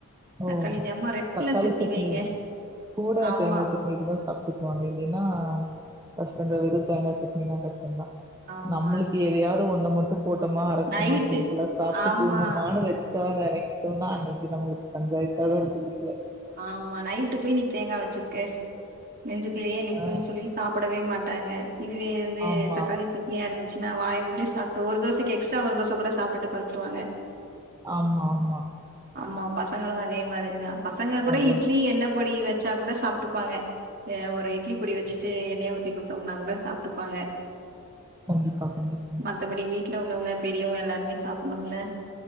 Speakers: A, on the right; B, on the right.
A: ஓ
B: தக்காளி இது அம்மா ரெட்
A: தக்காளி
B: கலர்
A: சட்னி
B: வைங்க
A: கூட
B: ஆமா
A: தேங்கா ச இருந்தா சாப்ட்க்குவாங்க இல்லன்னா கஷ்டதா வெறு தேங்கா சட்னினா கஷ்டந்தா
B: ஆமா
A: நம்மளுக்கு எதையாவது ஒண்ணு மட்டும் போட்டோமா அரைச்சமா
B: நைட்டு
A: சிம்பிளா சாப்ட்டு
B: ஆமா
A: தூங்குமானு ச்சா நெனைக்ச்சோன்னா அன்னைக்கு நம்மளுக்கு பஞ்சாயத்தாதா இருக்கு வீட்ல
B: ஆமா நைட்டு போய் நீ தேங்கா வச்சிருக்க நெஞ்சுக்குள்ளேயே நிக்குன்
A: ஆ
B: சொல்லி சாப்படவே மாட்டாங்க இதுவே வந்து
A: ஆமா
B: தக்காளி சட் னியா இருந்துச்சுனா வாய் மூட்டு சாப்ட்டு ஒரு தோசைக்கு எஸ்ட்ரா ஒரு தோச கூட சாப்டுட்டு படுத்துருவாங்க
A: ஆமா ஆமா
B: ஆமா பசங்களு அதே மாதிரிதா பசங்க கூட
A: அது
B: இட்லி எண்ண பொடி வ ச்சா கூட சாப்ட்டுப்பாங்க அ ஒரு இட்லி பொடிய வச்சிட்டு எண்ணைய ஊத்தி குடுத்தோம்னா கூட சாப்ட்டுப்பாங்க
A: கண்டிப்பா கண்டிப்பா
B: மத்தபடி வீட்ல உள்ளவங்க பெரியவங்க எல்லார்மே சாப்ட்ணும்ல